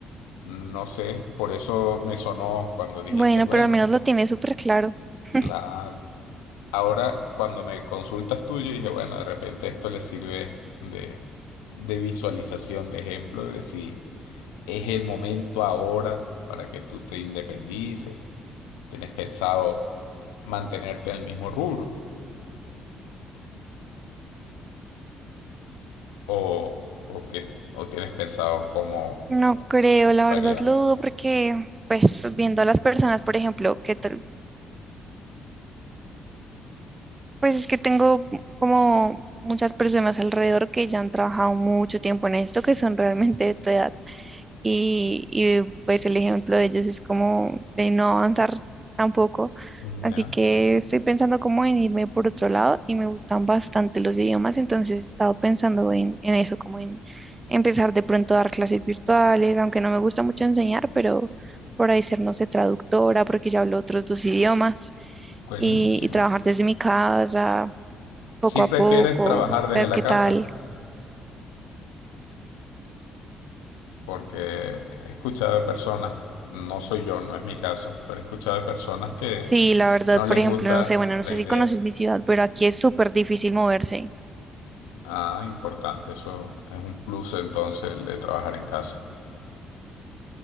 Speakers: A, on the left; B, on the right.
A: No sé, por eso me sonó cuando dijiste,
B: Bueno,
A: bueno,
B: pero al menos lo tienes súper claro. <laughs>
A: claro. Ahora, cuando me consultas tú, yo dije, bueno, de repente esto le sirve de, de visualización, de ejemplo, de si Es el momento ahora para que tú te independices. ¿Tienes pensado mantenerte en el mismo rubro? ¿O, o, que, o tienes pensado cómo
B: No creo, la
A: variar?
B: verdad lo dudo porque, pues, viendo a las personas, por ejemplo, que tal- pues es que tengo como muchas personas alrededor que ya han trabajado mucho tiempo en esto, que son realmente de tu edad. y, y, pues el ejemplo de ellos es como de no avanzar tampoco.
A: Mm,
B: Así
A: Ya,
B: que estoy pensando como en irme por otro lado y me gustan bastante los idiomas, entonces he estado pensando en, en eso, como en empezar de pronto a dar clases virtuales, aunque no me gusta mucho enseñar, pero por ahí ser, no sé, traductora, porque ya hablo otros dos idiomas
A: buenísimo.
B: y, y trabajar desde mi casa poco
A: Si prefieres
B: a poco,
A: trabajar desde
B: ver
A: la
B: qué
A: casa,
B: tal
A: porque he escuchado de personas, no soy yo, no es mi caso, pero he escuchado de personas que
B: Sí, la verdad,
A: no les
B: por ejemplo,
A: gusta
B: no sé, bueno, no
A: la
B: sé
A: idea.
B: si conoces mi ciudad, pero aquí es súper difícil moverse,
A: Ah, importante, eso es un plus entonces el de trabajar en casa.